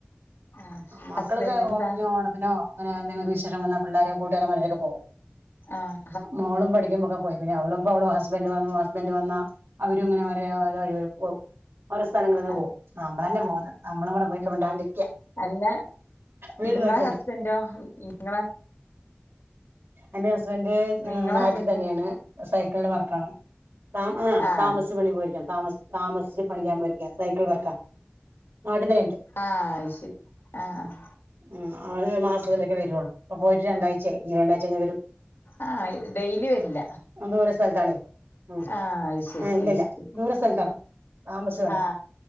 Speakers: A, on the left; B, on the right.
A: ആഹ്
B: മക്കളൊക്കെ
A: ഹസ്ബൻഡിനെന്താ
B: ഓണത്തിനോ എന്തേലും വിശേഷം വന്ന പിള്ളേരെ കൂട്ടുകരം മാരക്കെ പോവും
A: ആഹ
B: മോളും പടിക്കുമ്പോക്കെ പോയിന്ന് പിന്നെ അവളും ഇപ്പൊ അവളു ഹസ്ബൻഡ് വന്നു, ഹസ്ബൻഡ് വന്നാ അവരുങ്ങനെ <unintelligible> ഓരോ സ്ഥലങ്ങളിൽ
A: ആഹ്
B: പോകും, നമ്മളന്നെ
A: ആഹ്
B: പോകാത് നമ്മളവിടെ വീട്ടില് മിണ്ടാണ്ടിരിക്ക
A: അല്ല
B: വീട്
A: ഇങ്ങളെ
B: നോക്കിക്കൊണ്ട്
A: ഹസ്ബൻഡോ, ഇങ്ങളെ?
B: എന്റെ ഹസ്ബന്റ് ഉം
A: നിങ്ങളെ
B: നാട്ടിൽ
A: ഹസ്ബൻഡോ
B: തന്നെയാണ്, സൈക്കിളില് വർക്കാണ്. ത ആ
A: ആഹ്
B: താമസ പണി പോയിരിക്കാണ്, താമസ താമസിച്ച് പണിയാ പോയിരിക്ക സൈക്കിൾ വർക്കാ, നാട്ടിൽ തന്നെ ഇണ്ട്.
A: ആഹ അത് ശരി ആഹ
B: ഉം ആകെ മാസത്തിലൊക്കെ വരൊള്ളൂ ഇപ്പൊ പോയിട്ട് രണ്ടാഴ്ച്ചായി ഇനി രണ്ടാഴ്ച കെഴിഞ്ഞ വരും
A: ആ ഡെയിലി വരില്ല.
B: ഉം ദൂര സ്ഥലത്താണേ ഉം
A: ആ അ ശരി
B: ഏ ഇല്ലില്ല
A: അ ശരി
B: ദൂര സ്ഥലത്താണ് താമസിച്ച് പണിയാ
A: ആ..